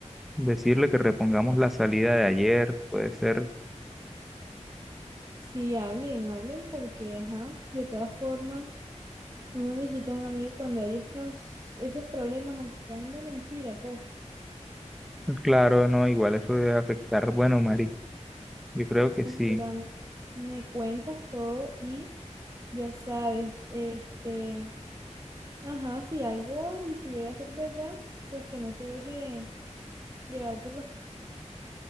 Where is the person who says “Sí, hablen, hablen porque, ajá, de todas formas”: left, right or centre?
Right